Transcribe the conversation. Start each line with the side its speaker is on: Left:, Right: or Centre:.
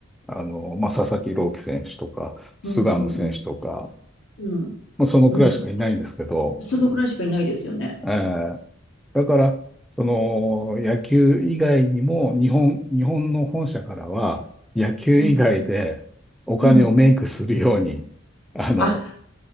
Centre: あのまあ、佐々木朗希選手とか、菅野選手とか、
Left: うん、うん、うん、うん、
Centre: もうそのくらいしかいないんですけど、
Left: うんそ、そのくらいしかいないですよね。
Centre: えーだから、その野球以外にも、日本、日本の本社からは、野球以外でお金をメイクするように、
Left: うん、うん。
Centre: あの、
Left: あ、